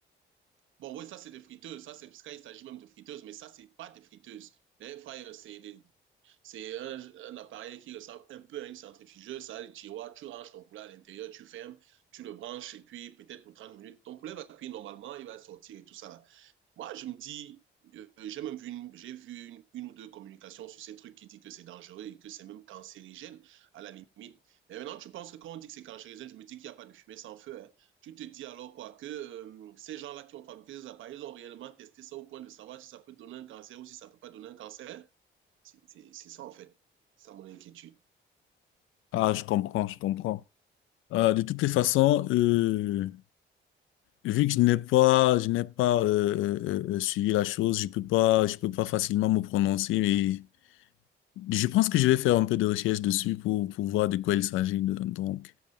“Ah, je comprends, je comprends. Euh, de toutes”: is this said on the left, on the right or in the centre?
Left